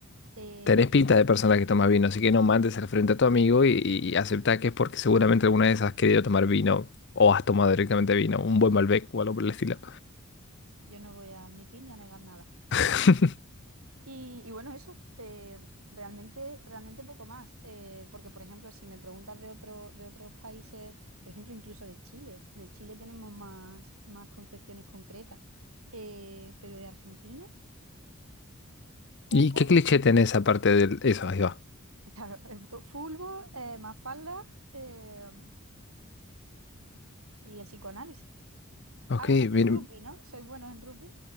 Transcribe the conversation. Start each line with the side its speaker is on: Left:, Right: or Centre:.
Right: Eh,
Left: Tenés pinta de persona que toma vino, así que no mandes al frente a tu amigo y, y aceptá que es porque seguramente alguna vez has querido tomar vino o has tomado directamente vino, un buen Malbec o algo por el estilo.
Right: yo no voy a admitir ni a negar nada.
Left: <laughs>
Right: Y, y bueno, eso, eh, realmente, realmente poco más. eh, porque, por ejemplo, si me preguntas de otro, de otros países, por ejemplo, incluso de Chile, de Chile tenemos más, más concepciones concretas. eh, pero de Argentina, fútbol,
Left: ¿Y qué cliché tenés aparte de eso? Ahí va.
Right: <laughs> claro, eh, fútbol, eh, Mafalda, eh, y el psicoanálisis.
Left: Ok,
Right: Ah, bueno, y
Left: bien.
Right: el rugby, ¿no? ¿Sois buenos en rugby?